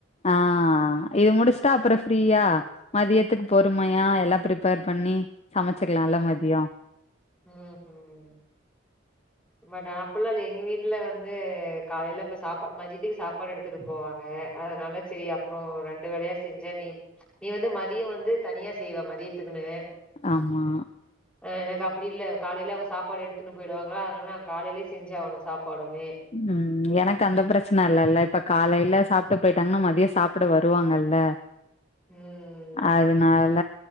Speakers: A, on the left; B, in the centre.
A: ஆ இது முடிச்டா அப்றோ ஃப்ரீயா மதியத்துக்கு பொறுமையா எல்லா ப்ரிப்பேர் பண்ணி சமைச்சுக்கலால்ல மதியோ
B: உம் ஹும் பட் ஆநா அப்பில்லா இல்ல எங்க வீட்ல வந்து காலைய்ல இப்ப சாப்பாடு மதித்திக்கு சாப்பாடு எடுக் த்துட்டு போவாங்க அதனால சரி அப்றோ ரெண்டு வேலயா செஞ்ச நீ நீ வந்து மதியோ வந்து தனியா செய்வ மதியத்துக்குன்னு
A: ஆமா
B: அ எனக்கு அப்டி இல்ல காலெல அவங்க சாப்பாடு எடுத்துன்னு போயிடுவாங்ளா அதனால நா காலலயே செஞ்சாவ்ணு சாப்பாடுமே
A: உம் எனக்கந்த பிரச்சன இல்லல்ல இப்ப காலையில சாப்ட்டு போயிட்டாங்கன்னா மதிய சாப்ட வருவாங்கல்ல
B: உம்
A: அதனால